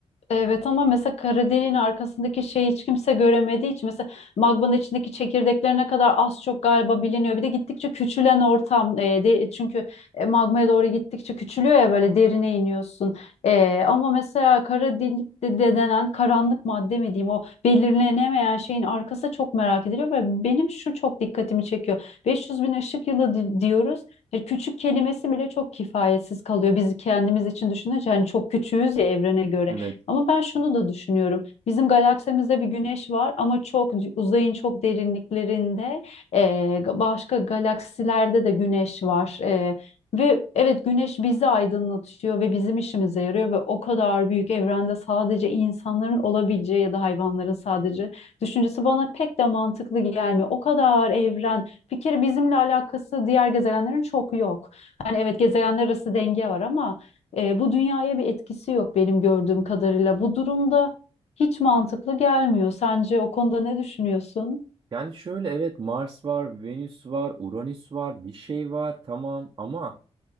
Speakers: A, on the left; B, on the right.
A: Evet ama mesela kara deliğin arkasındaki şeyi hiç kimse göremediği için mesela magmanın içindeki çekirdeklerine kadar az çok galiba biliniyor. Bir de gittikçe küçülen ortam e, de, çünkü e, magmaya doğru gittikçe küçülüyor ya böyle derine iniyorsun. E, ama mesela kara delik de, de denen karanlık madde mi diyeyim o belirlenemeyen şeyin arkası çok merak ediliyor ve benim şu çok dikkatimi çekiyor. 500 bin ışık yılı di- diyoruz. E, küçük kelimesi bile çok kifayetsiz kalıyor. Biz kendimiz için düşününce hani çok küçüğüz ya evrene göre.
B: Evet.
A: Ama ben şunu da düşünüyorum. Bizim galaksimizde bir güneş var ama çok uzayın çok derinliklerinde e, başka galaksilerde de güneş var. E, ve evet güneş bizi aydınlatıyor ve bizim işimize yarıyor ve o kadar büyük evrende sadece insanların olabileceği ya da hayvanların sadece düşüncesi bana pek de mantıklı gelmiyor. O kadar evren bir kere bizimle alakası diğer gezegenlerin çok yok. Hani evet gezegenler arası denge var ama e, bu dünyaya bir etkisi yok benim gördüğüm kadarıyla. Bu durumda hiç mantıklı gelmiyor. Sence o konuda ne düşünüyorsun?
B: Yani şöyle evet Mars var, Venüs var, Uranüs var, bir şey var tamam ama